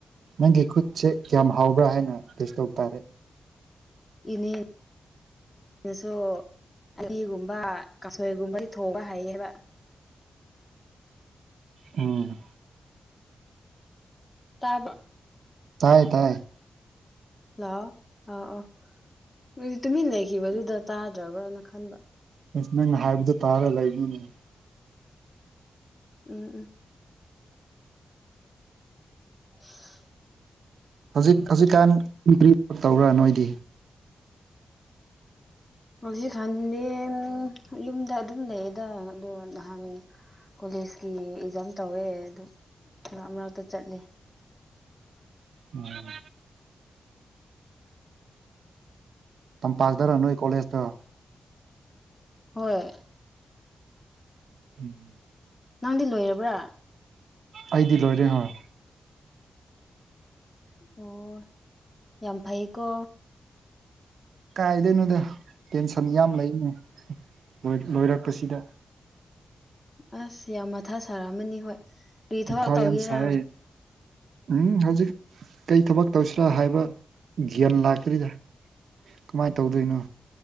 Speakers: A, on the right (about 80°); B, on the left (about 20°).
A: ꯅꯪꯒꯤ ꯈꯨꯠꯁꯦ ꯀꯌꯥꯝ ꯍꯥꯎꯕ꯭ꯔꯥ ꯍꯥꯏꯅ ꯇꯦꯁ ꯇꯧꯕ ꯇꯥꯔꯦ
B: ꯏꯅꯦ ꯑꯩꯅꯁꯨ ꯑꯅꯤꯒꯨꯝꯕ ꯀꯥꯁꯣꯏꯒꯨꯝꯕ ꯊꯣꯡꯕ ꯍꯩꯌꯦꯕ
A: ꯎꯝ
B: ꯇꯥꯕ
A: ꯇꯥꯏ ꯇꯥꯏ
B: ꯍꯜꯂꯣꯑꯣ ꯑꯥ ꯑ ꯑꯗꯨꯗꯤ ꯇꯨꯃꯤꯟ ꯂꯩꯈꯤꯕꯗꯨꯗ ꯇꯥꯗ꯭ꯔꯕ꯭ꯔꯅ ꯈꯟꯕ
A: ꯑꯁ ꯅꯪꯅ ꯍꯥꯏꯕꯗꯨꯣ ꯇꯥꯔ ꯂꯩꯒꯅꯦ
B: ꯎꯝ ꯎꯝ <inaudible>
A: ꯍꯧꯖꯤꯛ ꯍꯧꯖꯤꯛꯀꯥꯟ ꯇꯧꯕ꯭ꯔꯥ ꯅꯣꯏꯗꯤ
B: ꯍꯧꯖꯤꯛ ꯈꯥꯟꯗ ꯌꯨꯝꯗ ꯑꯗꯨꯝ ꯂꯩꯌꯦꯗ ꯑꯗꯣ ꯅꯍꯥꯟ ꯀꯣꯂꯦꯖꯀꯤ ꯑꯦꯛꯖꯥꯝ ꯇꯧꯋꯦ ꯑꯗꯨ ꯃꯅꯥꯛꯇ ꯆꯠꯂꯦ <inaudible>
A: ꯎꯝ ꯇꯝꯄꯥꯛꯇꯔ ꯅꯣꯏ ꯀꯣꯂꯦꯖꯇ
B: ꯍꯣꯏ
A: ꯎꯝ
B: ꯅꯪꯗꯤ ꯂꯣꯏꯔꯕ꯭ꯔꯥ
A: ꯑꯩꯗꯤ ꯂꯣꯏꯔꯦ ꯍꯣꯏ
B: ꯑꯣ ꯌꯥꯝ ꯐꯩꯀꯣ
A: ꯀꯥꯏꯗꯣꯏꯅꯣꯗ ꯇꯦꯟꯁꯟ ꯌꯥꯝ ꯂꯩꯅꯦ ꯂꯣꯏꯔꯛꯄꯁꯤꯗ
B: ꯑꯁ ꯌꯥꯝ ꯃꯊꯥ ꯁꯥꯔꯛꯑꯃ ꯍꯣꯏ ꯀꯔꯤ ꯊꯕꯛ
A: ꯀꯥꯎ
B: ꯇꯧꯒꯦꯔꯥ
A: ꯌꯥꯝ ꯁꯥꯏ ꯎꯝ ꯍꯧꯖꯤꯛ ꯀꯩ ꯊꯕꯛ ꯇꯧꯁꯤꯔꯥ ꯍꯥꯏꯕ ꯒ꯭ꯌꯥꯟ ꯂꯥꯛꯀ꯭ꯔꯤꯗ ꯀꯃꯥꯏꯅ ꯇꯧꯗꯣꯏꯅꯣ